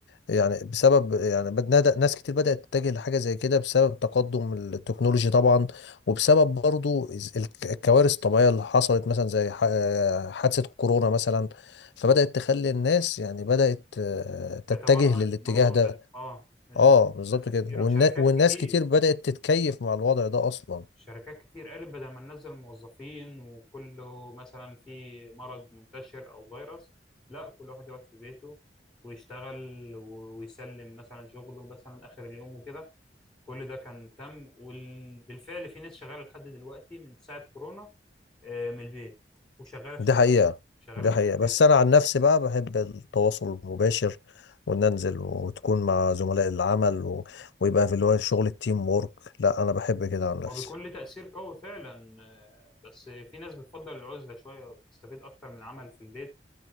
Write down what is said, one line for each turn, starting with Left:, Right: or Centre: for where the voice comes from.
Left: يعني بسبب يعني بد- ند- ناس كتير بدأت تتجه لحاجة زي كده بسبب تقدم التكنولوجي طبعا وبسبب برضو الز- الك- الكوارث الطبيعية اللي حصلت مثلا زي ح- حادثة كورونا مثلا فبدأت تخلي الناس يعني بدأت آه، تتجه
Centre: تتوعى
Left: للاتجاه
Centre: الموضوع
Left: ده
Centre: ده اه إن-
Left: اه بالظبط
Centre: ناس كتيره
Left: كده والنا...
Centre: وشركات
Left: والناس
Centre: كتير
Left: كتير بدأت تتكيف مع الوضع ده اصلا
Centre: شركات كتير قالت بدل ما ننزل موظفين وكله مثلا في مرض منتشر او فيروس لا كل واحد يقعد في بيته ويشتغل و- ويسلم مثلا شغله مثلا اخر اليوم وكده كل ده كان تم وبالفعل في ناس شغاله لحد دلوقتي من ساعه كورونا آه، من البيت وشغاله في
Left: دي
Centre: شركات
Left: حقيقة
Centre: شغاله
Left: دي
Centre: في
Left: حقيقة
Centre: شركات
Left: بس انا عن نفسي بقى بحب التواصل المباشر وان انزل وتكون مع زملاء العمل و... ويبقى في اللي هو شغل التيم وورك لا انا بحب كده عن نفسي
Centre: هو بيكون له تاثير قوي فعلا آه، بس في ناس بتفضل العزله شويه وتستفيد اكتر من عمل في البيت